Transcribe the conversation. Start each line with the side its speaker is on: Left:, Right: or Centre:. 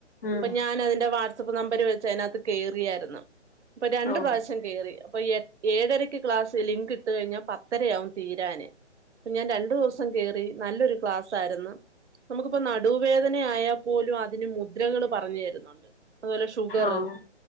Left: ഉം
Right: പ്പൊ ഞാനതിന്റെ വാട്സപ്പ് നമ്പര് വെച്ച് അതിനകത്ത് കേറിയായിരുന്നു ഇപ്പൊ രണ്ട്
Left: ഓ
Right: പ്രാശ്യം കേറി അപ്പൊ എ ഏഴരയ്ക്ക് ക്ലാസ് ലിങ്കിട്ട് കഴിഞ്ഞാ പത്തരയാവും തീരാന് അപ്പൊ ഞാൻ രണ്ടു ദിവസം കേറി നല്ലൊരു ക്ലാസ്സായിരുന്നു നമുക്കിപ്പോ നടുവേദന ആയാൽപ്പോലും അതിന് മുദ്രകള് പറഞ്ഞു തരുന്നുണ്ട് അതുപോലെ ഷുഗർ
Left: ആഹ്